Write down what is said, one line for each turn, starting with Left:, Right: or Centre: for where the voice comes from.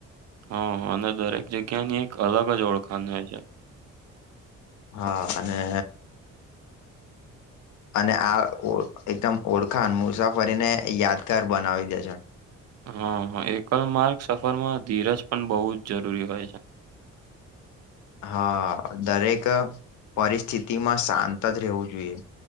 Right: હા અને દરેક જગ્યા ની એક અલગ જ ઓળખાણ હોય છે.
Left: હા અને. અને આ એકદમ ઓળખાણ મુસાફરીને યાદગાર બનાવી દે છે.
Right: હા હ એકલ માર્ગ સફરમાં ધીરજ પણ બહુ જ જરૂરી હોય છે.
Left: હા દરેક પરિસ્થિતિમાં શાંત જ રહેવું જોઈએ.